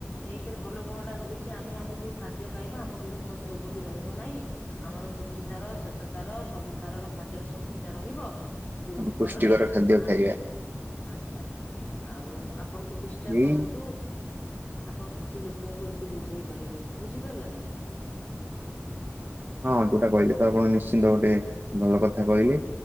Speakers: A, on the left; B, on the right.
A: ଏକ୍ ରେ ଭଲ ଗୁଣ ଟା ରହୁଛି ଆମେ ଆମେ ଯୋଉ ଖାଦ୍ୟ ଖାଇବା ଆମ ଦେହରେ କୌଣସି ରୋଗ ବି ରହିବ ନାହିଁ, ଆମର ପୁଷ୍ଟି ସାର ଶ୍ଵେତ ସାର ସବୁ ସାର ର ଖାଦ୍ୟର ଶକ୍ତି ଟା ରହିବ, ଯଉଥି
B: ହୁଁ ପୁଷ୍ଟିକର
A: ଫଳରେ
B: ଖାଦ୍ୟ
A: ଆମ୍
B: ଖାଇବା
A: ଆଚ୍ଛା ଆଉ ଆପଣ ବି ଚେଷ୍ଟା
B: ଏଇ
A: କରନ୍ତୁ ଆପଣ କି ଛି ଲୋକଙ୍କୁ ଏମିତି ବୁଝେଇ ପାରିବେ ବୁଝିପାରିଲେ ନା,
B: ହଁ ଯୋଉଟା କହିଲେ ତ ଆପଣ ନିଶ୍ଚିନ୍ତ ଗୋଟେ ଭଲ କଥା କହିଲି,